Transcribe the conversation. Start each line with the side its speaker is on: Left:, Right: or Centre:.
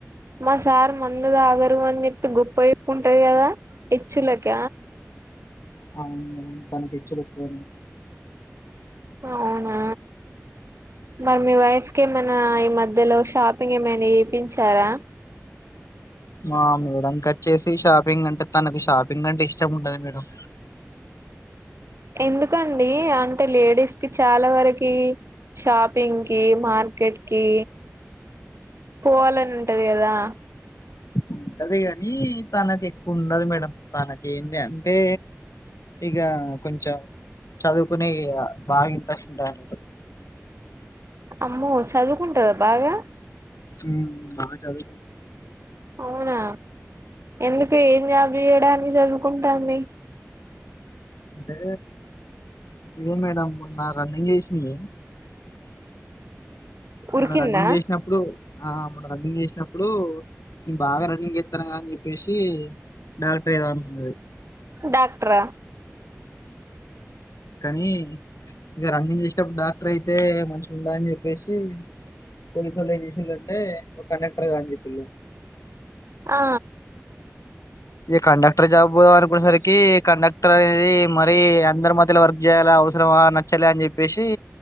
Right: మా సార్ మందు దాగరు అని చెప్పి గొప్ప చెపుకుంటది కదా హేచ్చులక
Left: అవును తనకిచ్చలుపో
Right: అవునా మరి మీ వైఫ్ కి ఏమన్ నా ఈ మధ్యలో షాపింగ్ ఏమైనా చేపించారా
Left: ఆ మేడంక వచ్చేసి షాపింగ్ అంటే తనకు షాపింగ్ అంటే ఇష్టం ఉండదు మేడం
Right: ఎందుకండి అంటే లేడీస్ కి చాలా వరకి షాపింగ్ కి మార్కెట్ కి పోవాలని ఉంటది కదా
Left: ఉంటది కాని తనకు ఎక్కువ ఉండదు మేడం తనకేంటీ అంటే ఇగా కొంచెం చదువుకునే బాగా ఇంట్రెస్ట్ ఉంటది
Right: అమ్మో చదువుకుంటదా బాగా
Left: ఉమ్ బాగా చదువుతాది
Right: అవునా ఎందుకు ఏం జాబ్ చేయడానికి చదువుకుంటాంది
Left: అంటే ఇదే మేడం మొన్న రన్నింగ్ చేసింది
Right: ఉరికిందా
Left: మొన్న రన్నింగ్ చేసినప్పుడు ఆ మొన్న రన్నింగ్ చేసినప్పుడు ఇ బాగా రన్నింగ్ చేస్తానారు అని చెప్పేసి డాక్టర్ ఏం <unintelligible>
Right: డాక్టర్ ఆ
Left: కనీ ఇక రన్నింగ్ చేసేటప్పుడు డాక్టర్ అయితే మంచిగా ఉందా అని చెప్పేసి పోలీసు వాళ్ళు ఏం చేసిన్రంటే నువ్వు కండక్టర్గా అని చెపిన్రు
Right: ఆ
Left: ఇగా కండక్టర్ జాబు అనుకునే సరికి కండక్టర్ అనేది మరీ అందరి మధ్యలో వర్క్ చేయ్యాలా అవసరమా నచ్చలే అని చెప్పేసి